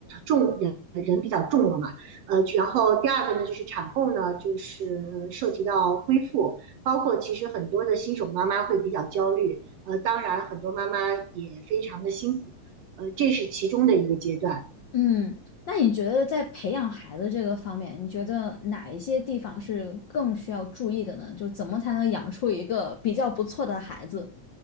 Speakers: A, on the right; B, on the left.
A: 重人人比较重了嘛。呃，然后第二个呢，就是产后呢，就是涉及到恢复，包括其实很多的新手妈妈会比较焦虑，呃，当然很多妈妈也非常的辛苦，呃，这是其中的一个阶段。
B: 嗯，那你觉得在培养孩子这个方面，你觉得哪一些地方是更需要注意的呢？就怎么才能养出一个比较不错的孩子？